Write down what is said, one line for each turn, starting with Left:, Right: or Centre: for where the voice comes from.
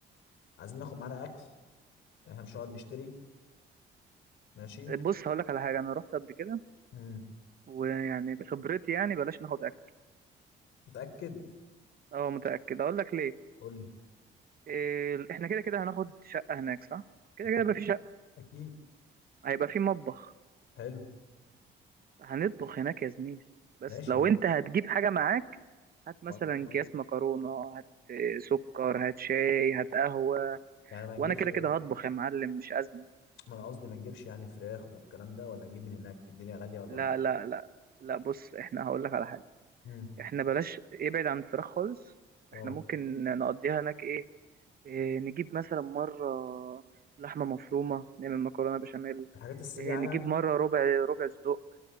Left: عايزين ناخد معانا اكل احنا مش هنقعد نشتري ماشي
Right: بص هقول لك على حاجة انا رحت قبل كده
Left: مم.
Right: ويعني بخبرتي يعني بلاش ناخد اكل
Left: متاكد
Right: اه متأكد اقول لك ليه
Left: قول لي
Right: إيه احنا كده كده هناخد شقة هناك صح كده
Left: اكيد
Right: كده يبقى في شقة
Left: اكيد
Right: هيبقى في مطبخ
Left: حلو
Right: هنطبخ هناك يا زميلي بس
Left: ماشي
Right: لو
Left: ما
Right: انت هتجيب حاجة معاك هات مثلا
Left: ما ما-
Right: اكياس مكرونة هات سكر هات شاي هات قهوة
Left: يعني ما
Right: وانا
Left: نجيبش
Right: كده كده هطبخ يا معلم مش أزمة
Left: ما انا قصدي ما نجيبش يعني فراخ والكلام ده ولا نجيب من هناك الدنيا غالية ولا
Right: لا
Left: رخيصة
Right: لا لا لا بص احنا هقول لك على حاجة
Left: امم
Right: احنا بلاش ابعد عن الفراخ خالص
Left: اه
Right: احنا ممكن نقضيها هناك ايه, إيه نجيب مثلا مرة لحمة مفرومة نعمل مكرونة بشاميل
Left: الحاجات السريعة
Right: إيه نجيب
Left: يعني
Right: مرة ربع ربع صدق